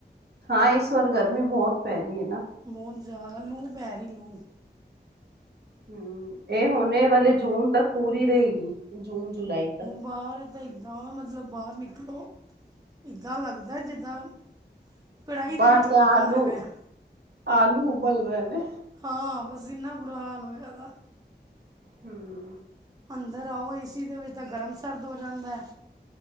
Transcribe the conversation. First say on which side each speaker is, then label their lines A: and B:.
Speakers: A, on the right (about 70°); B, on the right (about 20°).
A: ਹਾਂ ਇਸ ਵਾਰ ਗਰਮੀ ਬਹੁਤ ਪੈ ਰਹੀ ਏ ਨਾ।
B: ਬੋਤ ਜਾਦਾ ਲੂ ਪੈ ਰੀ ਲੂ
A: ਹੂੰ ਏ ਹੁਣੇ ਵਾਲੇ ਜੂਨ ਤੱਕ ਪੂਰੀ ਰਏਗੀ, ਜੂਨ-ਜੁਲਾਈ ਤੱਕ
B: ਬਾਰ ਤਾਂ ਇੱਦਾਂ ਮਤਲਬ ਬਾਰ ਨਿਕਲੋ ਇੱਦਾਂ ਲੱਗਦਾ ਜਿੱਦਾਂ ਕੜਾਈ ਦੇ
A: ਬਾਹਰ
B: ਵਿੱਚੋਂ
A: ਤੇ
B: ਨਿਕਲਦੇ
A: ਆਲੂ,
B: ਪਏ ਹਾਂ।
A: ਆਲੂ ਉਬਲ ਰਹੇ ਨੇ।
B: ਹਾਂ, ਬਸ ਇੰਨਾ ਬੁਰਾ ਹਾਲ ਹੋਇਆਦਾ।
A: ਹੂੰ
B: ਅੰਦਰ ਆਓ ਏ ਸੀ ਦੇ ਵਿੱਚ ਤਾਂ ਗਰਮ ਸਰਦ ਹੋ ਜਾਂਦਾ ਐਂ।